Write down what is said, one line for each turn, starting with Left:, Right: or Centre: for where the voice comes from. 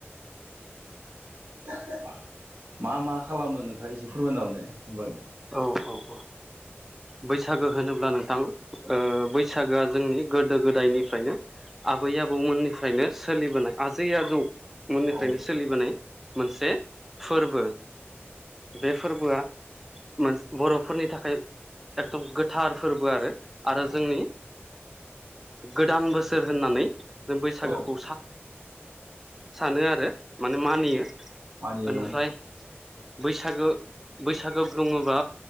Right: <unintelligible> मा मा खालामो नोंथाङा एसे फोरमायना हरलाय बागै
Centre: औ औ औ बै सागो होनोब्ला नोंथां बैसागोआ जोंनि गोदो गोदायनिफ्रायनो आबै आबौमोननिफ्रायनो सोलिबोनाय आजै आजौ मोननिफ्रायनो
Right: औ
Centre: सोलिबोनाय मोनसे फोरबो बे फोरबोआ मोन बर'फोरनि थाखाय एकदम गोथार फोरबो आरो आरो
Right: औ
Centre: जोंनि गोदान बोसोर होननानै जों बैसागोखौ
Right: औ
Centre: सानो आरो माने मानियो
Right: औ मानियो
Centre: ओनिफ्राय बैसागो बैसागो बुङोबा